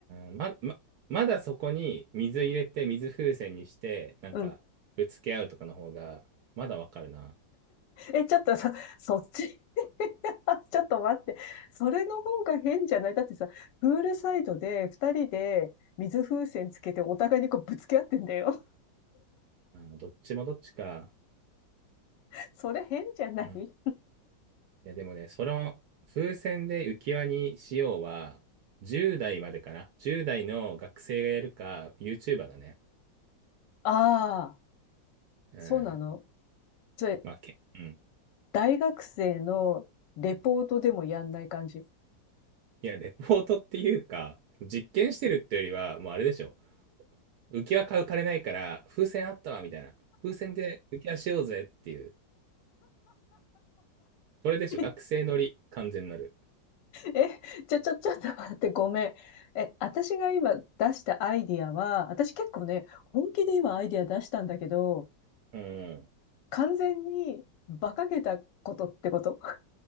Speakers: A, on the right (about 70°); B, on the left (about 75°).
A: ーま、ま、まだそこに水入れて、水風船にして、なんか、
B: うん。
A: ぶつけ合うとかの方が、まだわかるな。
B: え、ちょっとさ、そっち <laughs> ちょっと待って。それの方が変じゃないだってさ、プールサイドで二人で水風船つけてお互いにこうぶつけ合ってんだよ。
A: あーどっちもどっちか。
B: <laughs> それ変じゃない
A: うんいや、でもね、その、風船で浮き輪にしようは、10代までかな。10代の学生がやるか、YouTuber だね。
B: ああー、
A: うん。
B: そうなのそれ、
A: まあ、け、うん。
B: 大学生のレポートでもやんない感じ。
A: いや、レポートっていうか、実験してるってよりは、もうあれでしょ。浮き輪買う金ないから、風船あったわ、みたいな。風船で浮き輪しようぜっていう。それでしょ。
B: <laughs>
A: 学生乗り、完全なる。
B: え、ちょ、ちょ、ちょっと待って、ごめん。え、私が今出したアイディアは、私結構ね、本気で今アイディア出したんだけど、
A: うん。
B: 完全に馬鹿げたことってこと <laughs>